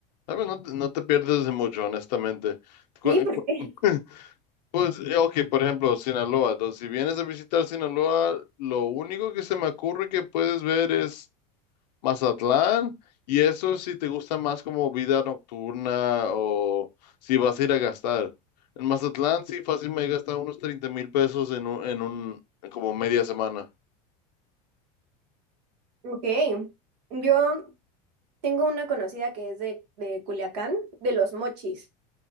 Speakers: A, on the left; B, on the right.
A: ¿Sabes? No, te- no te pierdes de mucho, honestamente. Cu-
B: Sí, ¿por
A: cu-
B: qué?
A: <laughs> Pues, eh, ok, por ejemplo, Sinaloa. Entonces, si vienes a visitar Sinaloa, lo único que se me ocurre que puedes ver es Mazatlán, y eso si te gusta más como vida nocturna o si vas a ir a gastar. En Mazatlán, sí, fácil me he gastado unos treinta mil pesos en un, en un, como media semana.
B: Ok, yo tengo una conocida que es de, de Culiacán, de Los Mochis.